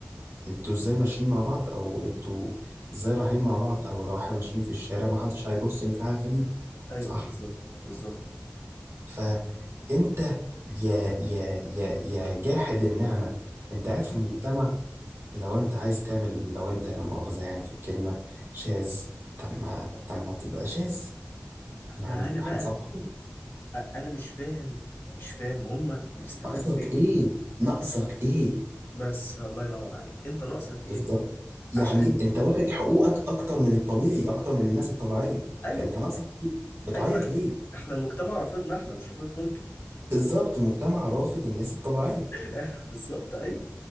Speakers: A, on the right; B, on the left.
A: أنتوا إزاي ماشيين مع بعض أو أنتوا إزاي رايحين مع بعض أو لو إحنا ماشيين في الشارع محدش هيبص إن في حاجة غريبة
B: ايوه
A: صح؟
B: بالظبط بالظبط
A: فأنت يا يا يا يا جاحد النعمة أنت
B: <laughs>
A: قاعد في مجتمع لو أنت عايز تعمل لو أنت لا مؤاخذة يعني في الكلمة شاذ طب ما طب ما تبقى شاذ يعني
B: معانا بقى
A: هنسامحك
B: انا مش فاهم مش فاهم هما بيستفادوا
A: ناقصك
B: ايه
A: ايه ناقصك ايه
B: بس الله ينور عليك انت ناقصك ايه
A: بالظبط يعني
B: عشان
A: انت واخد حقوقك اكتر من الطبيعي اكتر من الناس الطبيعيه
B: ايوه
A: فانت ناقصك ايه بتعيط
B: ايوه احنا
A: ليه
B: احنا المجتمع رافضنا احنا مش رافضكم انتوا
A: بالظبط المجتمع رافض الناس الطبيعيه
B: <laughs> بالظبط ايوه